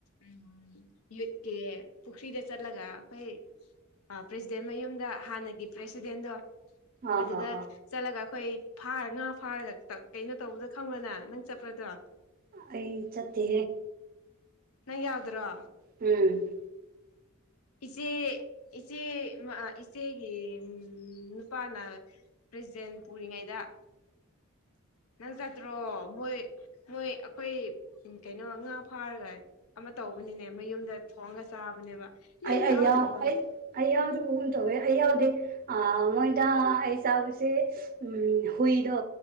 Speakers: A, on the left; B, on the right.
A: ꯎꯝ ꯌꯨꯠꯀꯦ ꯄꯨꯈ꯭ꯔꯤꯗ ꯆꯠꯂꯒ ꯑꯩꯈꯣꯏ ꯄ꯭ꯔꯦꯁꯤꯗꯦꯟ ꯃꯌꯨꯝꯗ ꯍꯥꯟꯅꯒꯤ ꯄ꯭ꯔꯦꯁꯤꯗꯦꯟꯗꯣ
B: ꯑꯥ ꯑꯥ
A: ꯑꯗꯨꯗ
B: ꯑꯥ
A: ꯆꯠꯂꯒ ꯑꯩꯈꯣꯏ ꯐꯥꯔ ꯉꯥ ꯐꯥꯔꯒ ꯀꯩꯅꯣ ꯇꯧꯕꯗ ꯈꯪꯕ꯭ꯔꯥ ꯅꯪ ꯆꯠꯄꯗꯣ
B: ꯑꯩ ꯆꯠꯇꯦ
A: ꯅꯪ ꯌꯥꯎꯗ꯭ꯔꯣ
B: ꯎꯝ
A: ꯏꯆꯦ ꯏꯆꯦ ꯏꯆꯦꯒꯤ ꯅꯨꯄꯥꯅ ꯄ꯭ꯔꯖꯦꯟ ꯄꯨꯔꯤꯉꯩꯗ ꯅꯪ ꯆꯠꯇ꯭ꯔꯣ ꯃꯣꯏ ꯃꯣꯏ ꯑꯩꯈꯣꯏ ꯀꯩꯅꯣ ꯉꯥ ꯐꯥꯔꯒ ꯑꯃ ꯇꯧꯕꯅꯤꯅꯦ ꯃꯌꯨꯝꯗ ꯊꯣꯡꯑꯒ ꯆꯥꯕꯅꯦꯕ ꯅꯪ
B: ꯑꯩ
A: ꯌꯥꯎꯗ꯭ꯔꯕꯅꯦ
B: ꯑꯌꯥ ꯑꯩ ꯑꯩ ꯌꯥꯎꯗꯕꯒꯨꯝ ꯇꯧꯋꯦ ꯑꯩ ꯌꯥꯎꯗꯦ ꯃꯣꯏꯗ ꯑꯩ ꯆꯥꯕꯁꯦ ꯎꯝ ꯍꯨꯗ